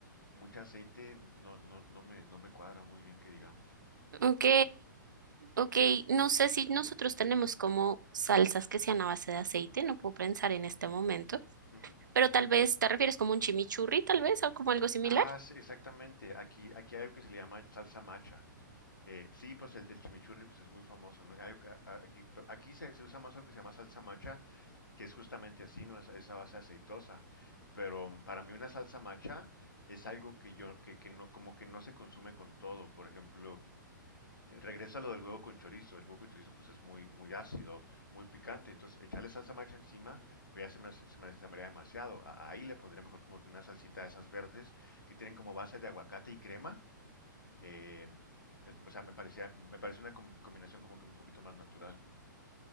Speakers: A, on the left; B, on the right.
A: mucho aceite no, no, no me, no me cuadra muy bien que digamos.
B: Ok, ok, no sé si nosotros tenemos como salsas que sean a base de aceite, no puedo pensar en este momento,
A: Ujú.
B: pero tal vez te refieres como un chimichurri, tal vez, o como algo similar.
A: Ah, sí, exactamente. Aquí, aquí hay algo que se le llama salsa macha. Eh, sí, pues el del chimichurri pues es muy famoso, ¿no? Hay algo que- a- a- aquí, pero aquí se, se usa más algo que se llama salsa macha, que es justamente así, ¿no? Esa, esa base aceitosa. Pero mm, para mí una salsa macha es algo que yo, que, que no, como que no se consume con todo. Por ejemplo, regresa lo del huevo con chorizo. El huevo con chorizo pues es muy, muy ácido, muy picante. Entonces echarle salsa macha encima pues ya se me, hace- se me, se me haría demasiado. A- Ahí le pondría mejor como que una salsita de esas verdes que tienen como base de aguacate y crema. Eh, es- o sea, me parecía, me parece una com- combinación como que un poquito más natural.